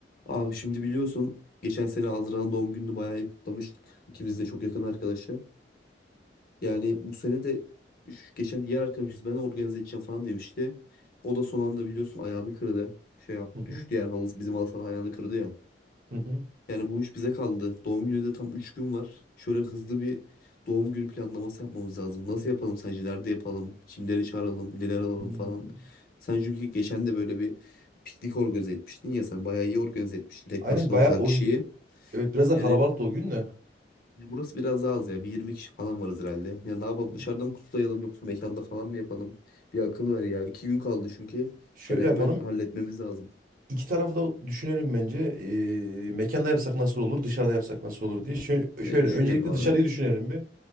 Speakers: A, on the left; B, on the right.
A: Abi şimdi biliyorsun geçen sene Azra'nın doğum gününü bayağı iyi kutlamıştık. İkimiz de çok yakın arkadaşı. Yani bu sene de üf, geçen diğer arkadaşımız ben organize edeceğim falan demişti. O da son anda biliyorsun ayağını kırdı. Şey yap
B: Hı hı,
A: düştü yani halı, bizim halı saha ayağını kırdı ya.
B: hı hı.
A: Yani bu iş bize kaldı. Doğum günü de tam 3 gün var. Şöyle hızlı bir doğum günü planlaması yapmamız lazım. Nasıl yapalım sence? Nerede yapalım? Kimleri çağıralım? Neler alalım
B: Hmm.
A: falan. Sen çünkü geçen de böyle bir piknik organize etmiştin ya sen bayağı iyi organize etmiştin tek
B: Aynen
A: başına
B: bayağı
A: o kadar
B: o
A: kişiyi.
B: evet biraz da
A: Yani
B: kalabalıktı o gün de.
A: ya burası biraz daha az ya. Bir 20 kişi falan varız herhalde. Ya ne yapalım?
B: Hmm.
A: Dışarıda mı kutlayalım yoksa mekanda falan mı yapalım? Bir akıl ver ya. İki gün kaldı çünkü.
B: Şöyle
A: Yani hemen
B: yapalım.
A: halletmemiz lazım.
B: İki tarafı da düşünelim bence. Ee, mekanda yapsak nasıl olur, dışarıda yapsak nasıl olur diye. Şöyle, şöyle
A: E, düşünelim
B: öncelikle
A: abi.
B: dışarıyı düşünelim bir.